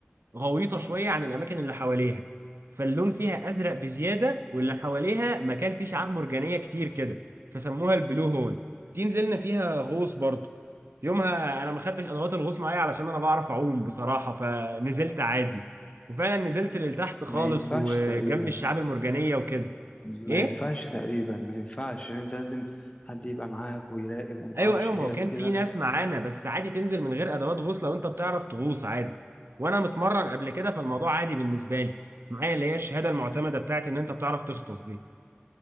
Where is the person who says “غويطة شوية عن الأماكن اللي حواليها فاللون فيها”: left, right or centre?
Right